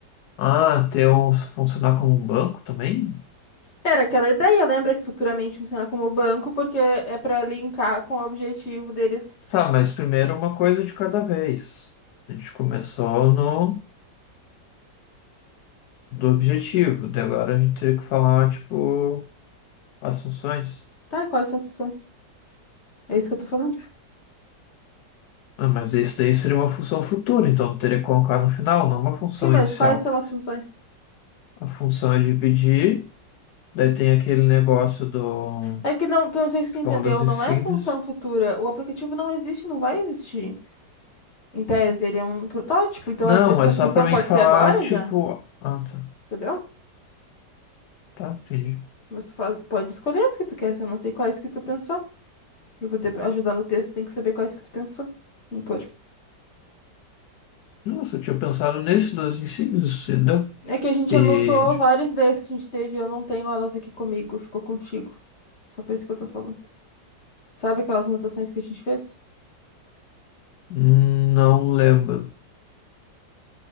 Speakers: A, on the left; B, on the left.
A: Ah, ter um, funcionar como um banco também?
B: Era aquela ideia, lembra que futuramente funciona como banco, porque é para linkar com o objetivo deles.
A: Tá, mas primeiro uma coisa de cada vez. A gente começou no do objetivo, daí agora a gente teria que falar, tipo, as funções.
B: Tá, e quais são as funções? É isso que eu tô falando.
A: Ah, mas isso daí seria uma função futura, então teria que colocar no final, não uma função
B: Sim, mas
A: inicial.
B: quais são as funções?
A: A função é dividir. Daí tem aquele negócio do.
B: É que não, tu não sei se
A: Tipo,
B: tu entendeu,
A: uma das insígnias.
B: não é função futura. O aplicativo não existe, não vai existir. Em tese, ele é um protótipo, então
A: Não,
B: as- essa
A: é só
B: função
A: pra mim
B: pode
A: falar,
B: ser agora
A: tipo.
B: já,
A: Ah, tá.
B: entendeu?
A: Tá, entendi.
B: Mas tu faz- pode escolher as que tu quer, se eu não sei quais que tu pensou. Pra poder ajudar no texto, tem que saber quais que tu pensou. Impor.
A: Nossa, eu tinha pensado nesse das insígnias, entendeu?
B: É que a gente
A: E.
B: anotou várias ideias que a gente teve, e eu não tenho elas aqui comigo, ficou contigo. Só por isso que eu tô falando. Sabe aquelas anotações que a gente fez?
A: Não lembro.